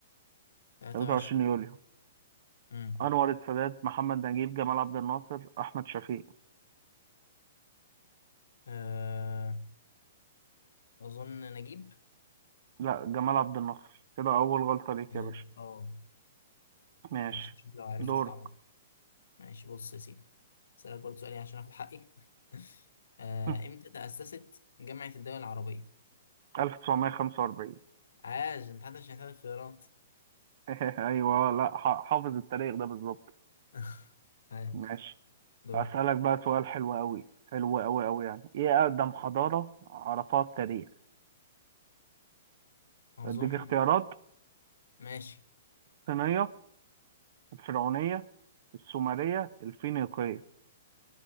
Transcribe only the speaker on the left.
تلاتة
وعشرين
امم
آه، أظن نجيب
اه
آه.
ماشي شوف لو عرفت
طبعا ماشي بص يا سيدي أسألك برضه سؤالي عشان آخد حقي <laughs> آه،
إمتى تأسست جامعة الدول العربية؟
عاش انت حتى مش محتاج خيارات
<laughs> عاش
دورك
اظن
ماشي